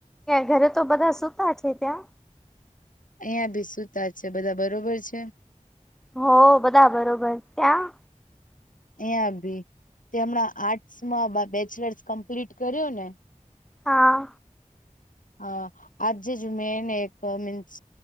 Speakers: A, in the centre; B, on the left.
A: ઘરે તો બધા સૂતા છે ત્યાં
B: અહિયાં બી સુતા છે બધા બરોબર છે
A: હો
B: અહિયાં
A: બધા બરોબર ત્યાં
B: અં ભી તે હમણાં આર્ટસ માં બેચલર્સ કમ્પ્લીટ કર્યું ને
A: હા
B: હ આજે જ મેંને એક મીન્સ